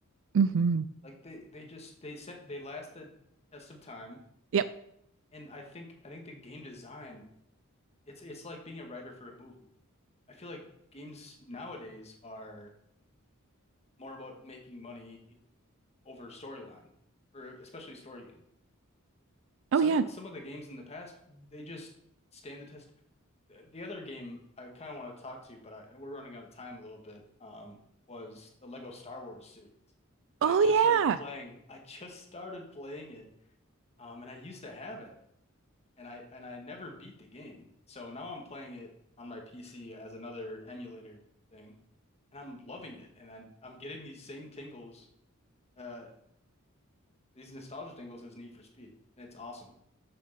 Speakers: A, on the right; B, on the left.
A: hmm
B: Like they they just they sent they last the test of time,
A: yep
B: and I think I think the game design it's it's like being a writer for a movie. I feel like games nowadays are. more about making money over storyline, or especially story games.
A: oh
B: Some
A: yeah
B: of- some of the games in the past, they just stand the test. The the other game I kind of want to talk to, but I, we're running out of time a little bit, um, was the Lego Star Wars series.
A: oh
B: And I just started
A: yeah
B: playing. <laughs> I just started playing it, um, and I used to have it, and I and I never beat the game. So now I'm playing it on my PC as another emulator thing, and I'm loving it. And I'm I'm getting these same tingles uh these nostalgia jingles is Need for Speed. It's awesome.